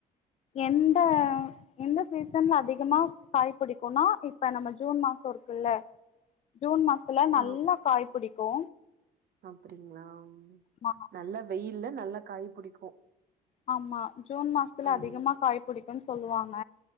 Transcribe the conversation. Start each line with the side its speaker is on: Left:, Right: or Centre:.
Left: எந்த எந்த சீசன்ல அதிகமா காய் பிடிக்குனா இப்ப நம்ம ஜூன் மாசோ இருக்குல்ல ஜூன் மாச த்துல நல்லா
Right: ஆ
Left: காய் பிடிக்கு
Right: அப்டிங்களா ம்
Left: ஆமா
Right: நல்ல வெயில்ல நல்ல காய் புடிக்கு
Left: ஆமா ஜூன் மாசத்துல
Right: ம்
Left: அதிகமா காய் பிடிக்குன் சொல்வாங்க